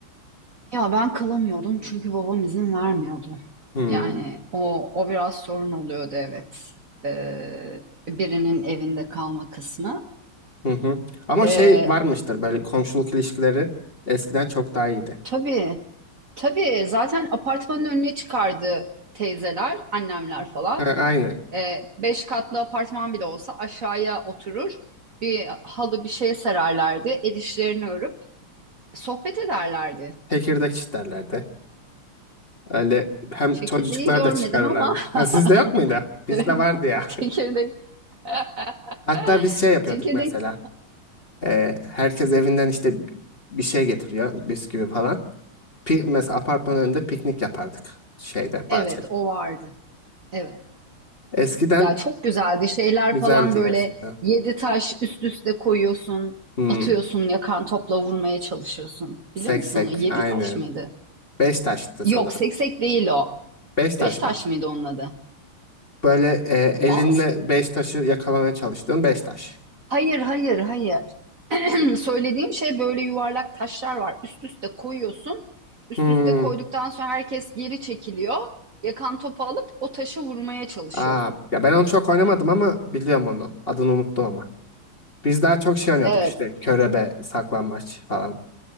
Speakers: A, on the right; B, on the left.
A: Ya ben kalamıyordum çünkü babam izin vermiyordu.
B: Hmm.
A: Yani o o biraz sorun oluyordu evet. Ee, birinin evinde kalma kısmı.
B: Hı hı. Ama
A: Ee,
B: şey varmıştır böyle komşuluk ilişkileri eskiden çok daha iyiydi.
A: Tabii. Tabii zaten apartmanın önüne çıkardı teyzeler, annemler falan.
B: Ha, aynı.
A: Ee, beş katlı apartman bile olsa aşağıya oturur. Bir halı bir şey sererlerdi. El işlerini örüp sohbet ederlerdi.
B: Tekirdek çitlerlerdi. Öyle hem
A: Çekirdeği
B: çocuklar
A: görmedim
B: da çıkarırlardı.
A: ama
B: Ha, sizde yok muydu?
A: <laughs>
B: Bizde
A: evet,
B: vardı ya.
A: çekirdek. <laughs>
B: <laughs> Hatta biz şey yapıyorduk
A: Çekirdek.
B: mesela.
A: <laughs>
B: Ee, herkes evinden işte bi- bir şey getiriyor. Bisküvi falan. Pi mesela apartmanın önünde piknik yapardık şeyde
A: Evet,
B: bahçede.
A: o vardı. Evet.
B: Eskiden
A: Ya çok güzeldi şeyler
B: güzeldi
A: falan böyle
B: gerçekten.
A: yedi taş üst üste koyuyorsun,
B: Hmm,
A: atıyorsun yakan topla vurmaya çalışıyorsun.
B: seksek
A: Bilir misin onu? Yedi
B: aynen.
A: taş mıydı?
B: Beş taştı
A: Yok
B: sanırım.
A: seksek değil o.
B: Beş taş
A: Beş taş
B: mı?
A: mıydı onun adı?
B: Böyle e,
A: Vaz?
B: elinle beş taşı yakalamaya çalıştığın beş taş.
A: Hayır hayır hayır. <clears throat> Söylediğim şey böyle yuvarlak taşlar var. Üst üste koyuyorsun. Üst
B: Hmm.
A: üste koyduktan sonra herkes geri çekiliyor. Yakan topu alıp o taşı vurmaya çalışıyorsunuz.
B: Aa, ya ben onu çok oynamadım ama biliyorum onu. Adını unuttum ama. Biz daha çok şey oynuyorduk
A: Evet
B: işte körebe, saklambaç falan.